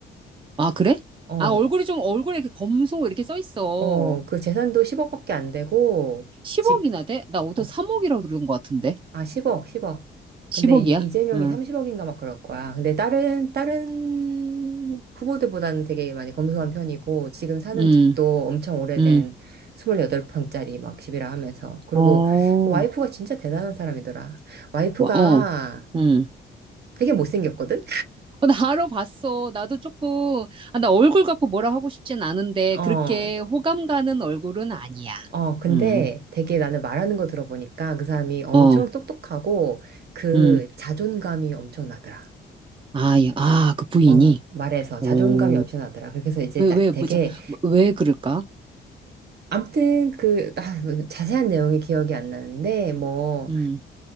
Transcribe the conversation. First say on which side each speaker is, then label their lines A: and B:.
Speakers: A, on the right; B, on the right.
A: 아, 그래?
B: 어,
A: 아, 얼굴이 좀, 얼굴에 이렇게 검소 이렇게 써 있어.
B: 어, 그 재산도 10억밖에 안 되고,
A: 10억이나
B: 직,
A: 돼? 나 어디서
B: 어,
A: 3억이라고 들은 것 같은데.
B: 아, 10억, 10억.
A: 10억이야?
B: 근데 이, 이재명이
A: 응,
B: 30억인가 막 그럴 거야. 근데 다른, 다른 후보들보다는 되게 많이 검소한 편이고, 지금 사는
A: 응,
B: 집도 엄청 오래된
A: 응.
B: 28평짜리 막 집이라 하면서. 그리고
A: 어,
B: 그 와이프가 진짜 대단한 사람이더라. 와이프가
A: 와, 어, 응.
B: 되게 못생겼거든?
A: 어, 나 알아 봤어. 나도 조금, 아, 나 얼굴 갖고 뭐라 하고 싶진 않은데,
B: 어,
A: 그렇게 호감 가는 얼굴은 아니야.
B: 어, 근데
A: 응,
B: 되게 나는 말하는 거 들어보니까 그 사람이 엄청
A: 어,
B: 똑똑하고 그
A: 응.
B: 자존감이 엄청 나더라.
A: 아, 예. 아, 그 부인이?
B: 어, 말해서
A: 오,
B: 자존감이 엄청 나더라. 그래서 이제
A: 왜,
B: 나-
A: 왜,
B: 되게
A: 뭐죠? 뭐, 왜 그럴까?
B: 아무튼 그 아, 무슨 자세한 내용이 기억이 안 나는데 뭐
A: 음.